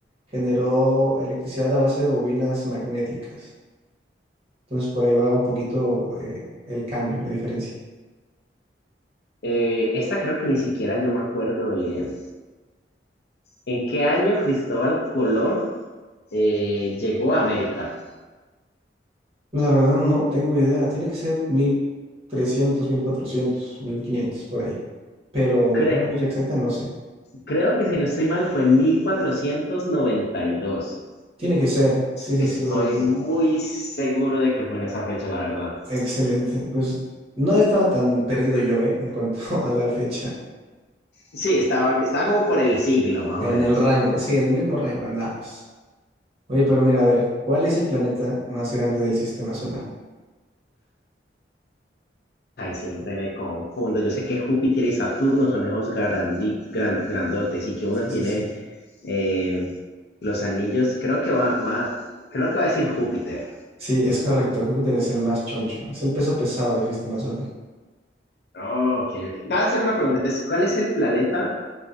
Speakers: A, on the right (about 35°); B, on the left (about 60°).
A: generó electricidad a base de bobinas magnéticas. Entonces por ahí va un poquito eh, el cambio, la diferencia.
B: eh, esta creo que ni siquiera yo me acuerdo bien. ¿En qué año Cristóbal Colón eh, llegó a América?
A: La verdad no tengo idea. Tiene que ser mil mil trescientos, mil cuatrocientos, mil quinientos por ahí. Pero una
B: Cre-
A: fecha exacta no sé.
B: creo que si no estoy mal fue 1492.
A: Tiene que ser. Sí, sí,
B: Estoy
A: sí, porque...
B: muy seguro de que fue en esa fecha, la verdad.
A: Excelente. Pues no estaba tan perdido yo, ¿eh? En cuanto <laughs> a la fecha.
B: Sí, estaba, estaba como por el siglo, más
A: En
B: o menos.
A: el rango, sí, en el mismo rango andamos. Oye, pero mira, a ver, ¿cuál es el planeta más grande del sistema solar?
B: Ay, siempre me confundo. Yo sé que Júpiter y Saturno son esos grandi- gran- grandotes y que uno
A: Sí,
B: tiene
A: sí, sí.
B: eh, los anillos. Creo que va, va- creo que va a decir Júpiter.
A: Sí, es correcto. Júpiter es el más choncho. Es el peso pesado del sistema solar.
B: Ok, ok. Te voy a hacer una pregunta. Entonces, ¿cuál es el planeta